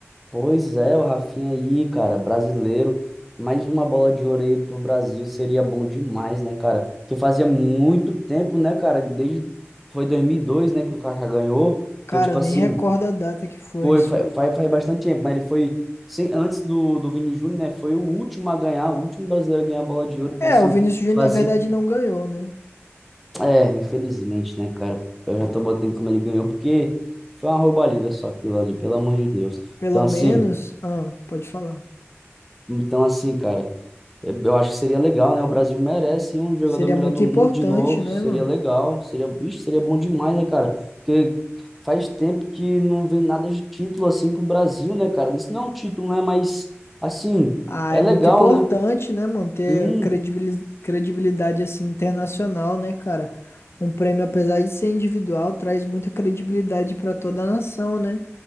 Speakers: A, in the centre; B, on the left.
A: Pois é, o Rafinha aí, cara, brasileiro. Mais uma bola de ouro aí pro Brasil seria bom demais, né, cara? Porque fazia muito tempo, né, cara? Desde foi dois mil e dois né, que o Kaká ganhou.
B: Cara,
A: Então, tipo
B: nem
A: assim,
B: recordo a data que foi.
A: foi
B: Isso
A: fa-
B: foi.
A: faz, faz bastante tempo, mas ele foi sem, antes do, do Vini Júnior, né? Foi o último a ganhar, o último brasileiro a ganhar a bola de ouro. Então,
B: É,
A: assim,
B: o Vinícius Júnior,
A: fazia.
B: na verdade, não ganhou, né?
A: É, infelizmente, né, cara? Eu já tô botando como ele ganhou, porque foi uma roubalheira só aquilo ali, pelo amor de Deus.
B: Pelo
A: Então, assim,
B: menos, ah, pode falar.
A: então assim, cara. Eu acho que seria legal, né? O Brasil merece um jogador
B: Seria
A: melhor
B: muito
A: do mundo
B: importante,
A: de novo.
B: né,
A: Seria
B: mano?
A: legal. Seria, bicho, seria bom demais, né, cara? Porque faz tempo que não vem nada de título assim pro Brasil, né, cara? Isso não é um título, né? Mas, assim,
B: Ah,
A: é
B: é
A: legal,
B: muito importante,
A: né?
B: né, manter
A: Sim.
B: credibilis- credibilidade assim internacional, né, cara? Um prêmio, apesar de ser individual, traz muita credibilidade para toda a nação, né?